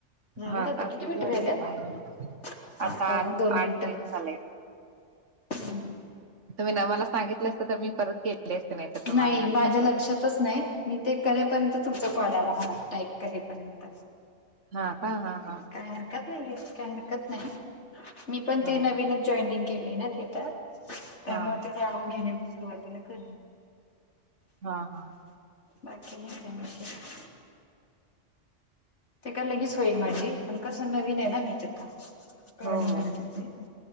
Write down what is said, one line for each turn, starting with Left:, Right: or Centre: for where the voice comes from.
Left: झालं
Right: हा
Left: का आता, किती मिनिटं
Right: वाजलेत
Left: राहिल्यात?
Right: काय
Left: आठ
Right: आता
Left: अजून दोन मिनिटं
Right: आठ मिनिट झालंय
Left: हम्.
Right: तुम्ही ना मला सांगितलं असतं तर मी परत गलेले असते नाही तर तुम्हाला
Left: नाही माझ्या
Right: नंतर
Left: लक्षातच
Right: मग
Left: नाही मी ते करेपर्यंत तुमचा कॉल आला मला टाईप करेपर्यंत
Right: हा का हा हा.
Left: काय हरकत नाही काय हरकत नाही मी पण
Right: हा
Left: ते नवीनच जॉईनिंग केली ना ते त्यात त्यामुळे
Right: हा
Left: ते जाणून घेणे सुरुवातीला कर
Right: हा हा हा
Left: बाकी नाही काय विषय ते का लगेच होईल माझी पण कसं नवीन आहे ना मी तर का करणे
Right: हो हो
Left: गरजेचं आहे ते